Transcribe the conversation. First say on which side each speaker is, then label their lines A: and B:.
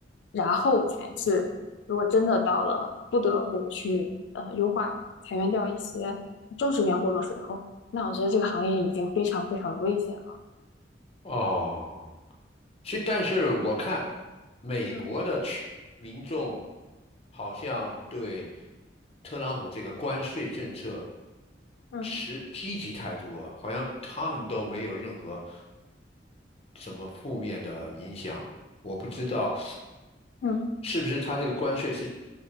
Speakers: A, on the left (about 85°); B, on the left (about 35°).
A: 然后才是，如果真的到了不得不去呃优化裁员掉一些正式员工的时候，那我觉得这个行业已经非常非常的危险了。
B: 哦，是，但是我看美国的群民众
A: 嗯
B: 好像对特朗普这个关税政策
A: 嗯
B: 持积极态度啊，好像他们都没有任何什么负面的影响。我不知道
A: 嗯，
B: 是不是他这个关税是